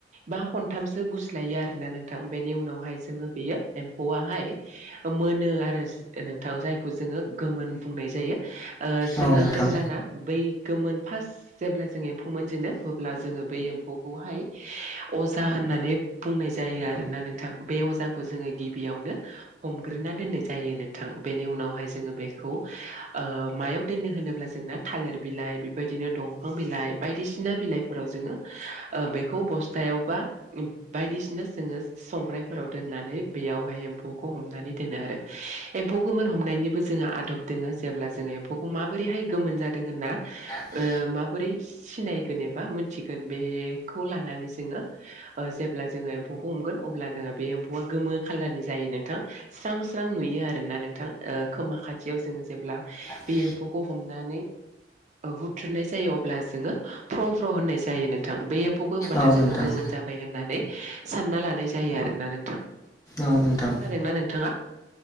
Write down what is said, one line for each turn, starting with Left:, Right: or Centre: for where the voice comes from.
Right: बा खनथामसो गुस्लायो आरोना नोंथां बेनि उनावहाय जोङो बेयो एम्फौहाय मोनो आरो नोंथां जायखौ जोङो गोमोन बुंनाय जायो। ओ जोङो
Left: औ नोंथां।
Right: जेब्लाना बै गोमोन फार्स्ट जेब्ला जों एम्फौ मोनजेनो अब्ला जोङो बेै एम्फौखौहाय अजा होननानै बुंनाय जायो आरोना नोंथां। बे अजाखौ जोङो गिबियावनो हमग्रोना दोननाय जायो नोंथां, बेनि उनावहाय जोङो बेखौ ओ मायाव दोनो होनोब्ला जोंना थालिर बिलाइ बेबायदिनो दंफां बिलाइ बाय दिसिना बिलाइफोराव जोङो ओ बेखौ बस्तायाव बा बायदिसिना जोङो संराइावफोराव दोननानै बेयावहाय एम्फौखौ हमनानै दोनो आरो, एम्फौ गोमोन हमनायनिबो जोंहा आदब दोङो जेब्ला जोङो एम्फौखौ माबोरैहाय गोमोन जादों होनना
Left: स्रां
Right: ओ माबोरै सि-सिनाय जेनेबा मिथिगोन बेखौ लानानै जोङो ओ जेब्ला जोङो एम्फौखौ हमगोन अब्लानो बे एम्फौआ गोमो खाालारनि जायो नोंथां, स्रां-स्रां नुयो आरोना नोंथां, ओ खोमा खाथियाव जोङो जेब्ला
Left: फ्र
Right: बे एम्फौखौ हमनानै हुथ्रुनाय जायो अब्ला जोङो फ्र-फ्र होननाय जायो नोंथां। बे एम्फौखौ होमबोला
Left: औ
Right: जोङो
Left: नोंथां
Right: गोमोन जाबाय होननानै सानना लानाय जायो आरो नोंथां।
Left: औ नोंथां
Right: खोनादोंना नोंथाङा?